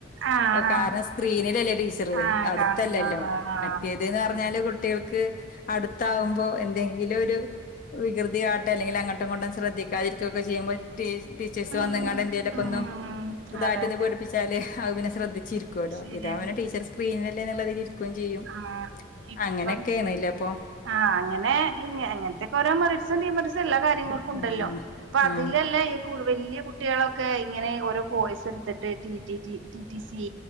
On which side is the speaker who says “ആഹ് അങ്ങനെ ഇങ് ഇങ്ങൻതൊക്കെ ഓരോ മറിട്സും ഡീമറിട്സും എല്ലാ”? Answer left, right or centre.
Right